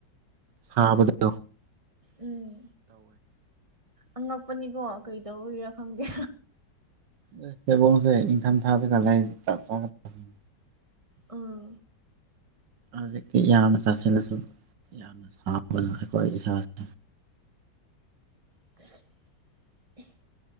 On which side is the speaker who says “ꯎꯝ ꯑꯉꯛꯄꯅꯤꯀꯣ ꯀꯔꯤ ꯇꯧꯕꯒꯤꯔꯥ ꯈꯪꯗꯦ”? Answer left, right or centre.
Right